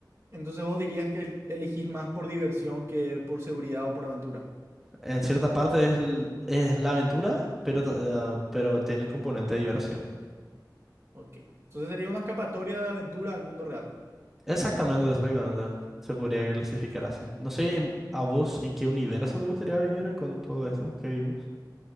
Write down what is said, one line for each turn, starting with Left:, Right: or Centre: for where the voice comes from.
Right: Entonces vos dirías que el- elegís más por diversión que por seguridad o por aventura.
Centre: en cierta parte es, l- es la aventura, pero, ta- eh, pero tiene el componente de diversión.
Right: Ok. Entonces sería una escapatoria de aventura al mundo real.
Centre: Exactamente, exactamente. Se podría clasificar así. No sé en- a vos en qué universo te gustaría vivir con todo esto que vimos.